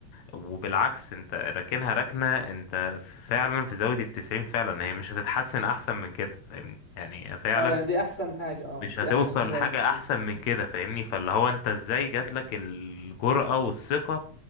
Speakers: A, on the left (about 60°); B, on the left (about 20°).
A: وبالعكس انت راكنها ركنة انت فعلا في زاوية التسعين فعلا هي مش هتتحسن احسن من كده فاهمني يعني فعلا
B: اه يعني دي احسن حاجه اه
A: مش
B: دي
A: هتوصل
B: احسن حاجه
A: لحاجة
B: وصلت لي
A: احسن من كده فاهمني فاللي هو انت ازاي جاتلك الجرأة والثقة